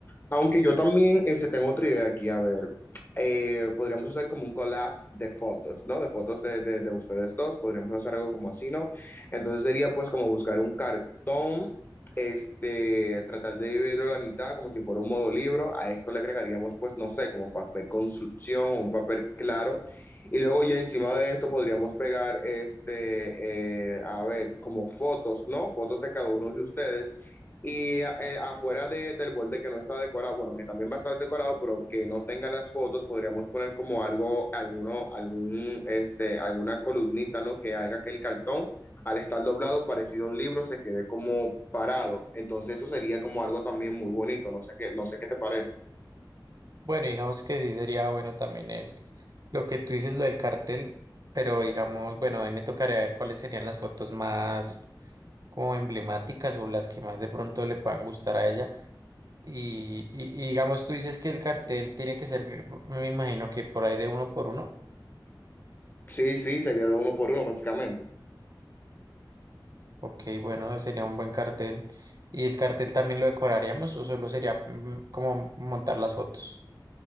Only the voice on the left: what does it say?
Aunque yo también este, tengo otra idea aquí, a ver, eh, podríamos hacer como un collab de fotos, ¿no? De fotos de, de, de ustedes dos, podríamos hacer algo como así, ¿no? Entonces sería pues como buscar un cartón, este, tratar de dividirlo a la mitad como si fuera un modo libro, a esto le agregaríamos pues, no sé, como papel construcción o un papel claro. Y luego ya encima de esto podríamos pegar, este, eh, a ver, como fotos, ¿no? Fotos de cada uno de ustedes y eh, afuera de- del borde que no está decorado, bueno, que también va a estar decorado, pero que no tenga las fotos, podríamos poner como algo, alguno, algún, este, alguna columnita, ¿no? Que haga que el cartón, al estar doblado, parecido a un libro, se quede como parado. Entonces eso sería como algo también muy bonito, no sé qué, no sé qué te parece.
Sí, sí, sería de uno por uno, básicamente.